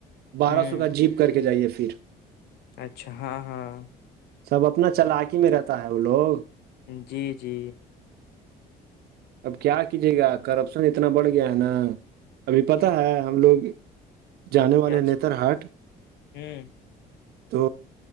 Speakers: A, on the right; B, on the left.
A: بارہ
B: ہوں
A: سو کا جیپ کر کے جائیے پھر
B: اچھا ہاں ہاں
A: سب اپنا چلاکی میں رہتا ہے وہ لوگ
B: جی جی
A: اب کیا کیجیے گا کرپشن اتنا بڑھ گیا ہے نا ابھی پتا ہے ہم لوگ جانے والے
B: کیا چی
A: نتر ہاٹ
B: ہوں
A: تو